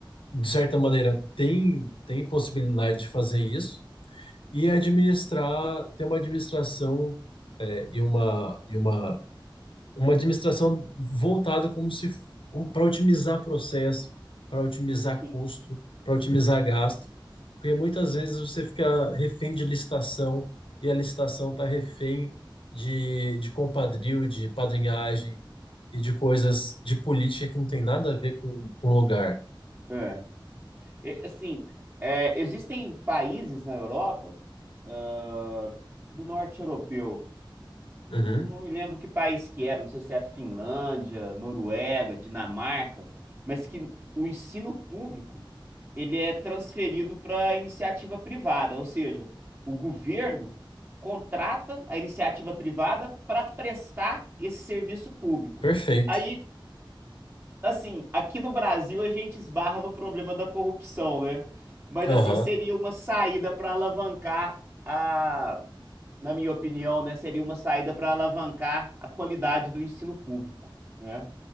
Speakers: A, on the left (about 75°); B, on the right (about 30°).
A: de certa maneira, tem, tem possibilidade de fazer isso. E administrar, ter uma administração e uma, e uma, uma administração voltada como se para otimizar processo, para otimizar
B: Sim.
A: custo, para otimizar gasto, porque muitas vezes você fica refém de licitação e a licitação está refém de, de compadrio, de padrinhagem e de coisas de política que não tem nada a ver com, com o lugar.
B: É. E, assim, é, existem países na Europa, ah, do norte europeu Não
A: Uhum,
B: me lembro que país que era, não sei se é Finlândia, Noruega, Dinamarca, mas que o ensino público ele é transferido para iniciativa privada, ou seja, o governo contrata a iniciativa privada para prestar esse serviço público.
A: perfeito.
B: Aí, assim, aqui no Brasil a gente esbarra no problema da corrupção, né? Mas
A: Aham.
B: assim, seria uma saída para alavancar a na minha opinião, né, seria uma saída para alavancar a qualidade do ensino público, né?